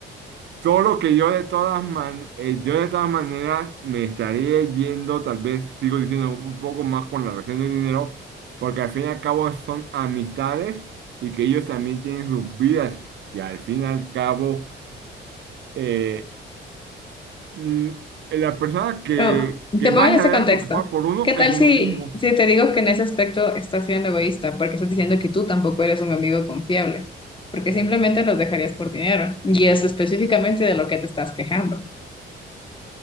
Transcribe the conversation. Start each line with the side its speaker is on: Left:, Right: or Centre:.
Right: Solo que yo de todas man- eh, yo de todas maneras me estaría yendo, tal vez sigo diciendo un poco más con la relación del dinero, porque al fin y al cabo son amistades y que ellos también tienen sus vidas. Y al fin y al cabo, eh, mm, la persona que,
Left: No,
Right: que
Left: te pongo
Right: más
Left: en ese
Right: se debe
Left: contexto.
Right: preocupar por uno
Left: ¿Qué tal
Right: es uno
Left: si,
Right: mismo.
Left: si te digo que en ese aspecto estás siendo egoísta? Porque estás diciendo que tú tampoco eres un amigo confiable, porque simplemente los dejarías por dinero. Y es específicamente de lo que te estás quejando.